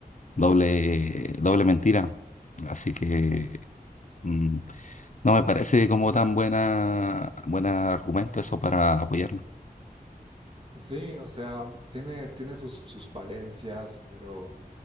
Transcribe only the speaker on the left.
doble, doble mentira. Así que mm, no me parece como tan buena, buen argumento eso para apoyarlo.